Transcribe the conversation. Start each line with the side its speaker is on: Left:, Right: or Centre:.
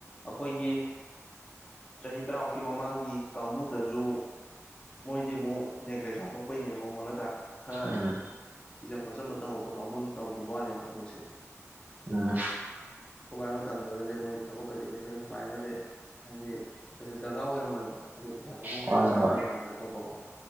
Left: ꯑꯩꯈꯣꯏꯒꯤ ꯆꯍꯤ ꯇꯔꯥꯃꯨꯛꯀꯤ ꯃꯃꯥꯡꯒꯤ ꯀꯥꯡꯕꯨꯗꯁꯨ ꯃꯣꯏꯗꯤ ꯑꯃꯨꯛ ꯅꯦꯒ꯭ꯂꯦꯛ ꯆꯥꯊꯣꯛꯄꯩꯅꯦꯕ ꯑꯃꯨꯛ ꯅꯠꯇ꯭ꯔꯥ ꯈꯔ
Right: ꯎꯝ
Left: ꯁꯤꯖꯝ ꯈꯣꯠꯆꯟꯕ ꯇꯧꯍꯧꯕ ꯀꯥꯡꯕꯨꯟ ꯇꯧꯒꯤ ꯋꯥꯅꯦꯕ ꯊꯕꯛꯁꯦ
Right: ꯎꯝ
Left: ꯈꯨꯕꯥꯏ ꯑꯃ ꯃꯇꯝꯝꯗꯒꯁꯦ ꯃꯣꯏ ꯊꯕꯛꯀꯁꯦ ꯀꯩꯁꯅ ꯁꯨꯃꯥꯏꯅꯒꯁꯦ ꯍꯥꯏꯗꯤ ꯄꯩꯁꯥ ꯗꯔꯀꯥꯔ ꯑꯣꯏꯔꯝꯃꯣꯏꯕ ꯍꯥꯏꯗꯤ ꯄꯩꯁꯥ ꯊꯣꯛꯧꯐꯝ
Right: ꯍꯣꯏ
Left: ꯈꯣꯠꯄ ꯃꯌꯥꯝ
Right: ꯍꯣꯏ
Left: ꯂꯩꯅꯅ ꯑꯇꯣꯞꯄꯀꯣ